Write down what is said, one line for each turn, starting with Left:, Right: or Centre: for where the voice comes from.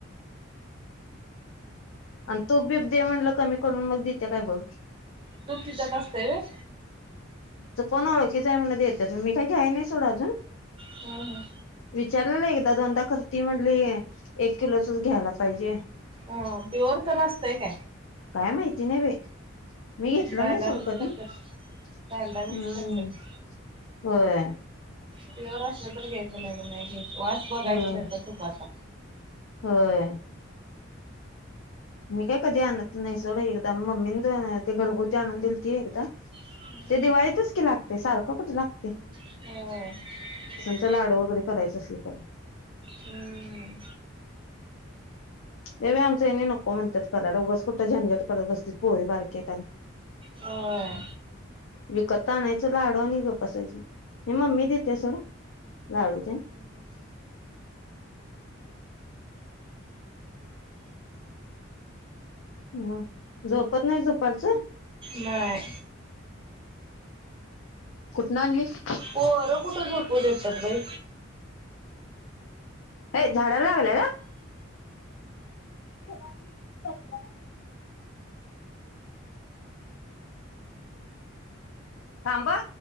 Left: आण तूप बीब दे म्हणलं कमी करून मग दितीया काय बघ.
Right: तूप तिच्यात असतय व्हय?
Left: त कोण ओळखीच हायं म्हण देत्यात मी काय घ्याय नाई सोड अजून.
Right: हम हम
Left: विचारलेल एकदा दोनदा खर ती म्हणली एक किलोचच घ्याला पाहिजे.
Right: अ प्युअर तर असतंय काय?
Left: काय माहिती नाही बे मी घेतल
Right: डालडा
Left: नाई सोड
Right: मिक्स
Left: कधी
Right: करतात
Left: हम्म
Right: डालडा मिक्स करतात
Left: होय.
Right: प्युअर असलं तर घ्यायचं नाही तर नाही घ्याय वास बघा
Left: होय
Right: कि त्याचा तूपाचा.
Left: होय मी काय कधी आणत नाई सोड एकदा मम्मीन त अ ते घरगुती आणून दिलती एकदा
Right: हम्म.
Left: ते दिवाळीतच की लागतय सारखं कुठ लागतय.
Right: हो.
Left: जर लाडू वगैरे करायचं असल तर
Right: हम्म.
Left: रवे आमच येनी नको म्हणत्यात करायला उगच कुठं झंझट करत बसतीस पोरी बारक्यात अन
Right: होय
Left: विकत त आणायचं लाडू आणि गप बसायचं हे मम्मी देतिया सोड लाडू
Right: हम्म.
Left: तेन. मं झोपत नाही दुपारच?
Right: नाय.
Left: कुटन आणलीस?
Right: पोर कुठ झोपू देत्यात बाई.
Left: काय झाडाय लागलाय का? चला म ब ना त थांबा